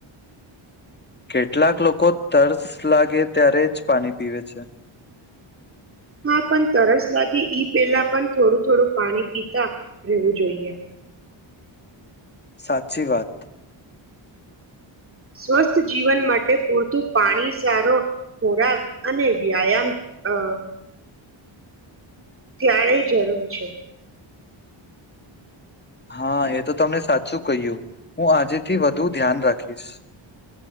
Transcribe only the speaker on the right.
હા પણ તરસ લાગે ઈ પહેલા પણ થોડું થોડું પાણી પીતા રહેવું જોઈએ
સ્વસ્થ જીવન માટે પૂરતું પાણી સારો, ખોરાક અને વ્યાયામ અ ત્યાણે જરૂરી છે.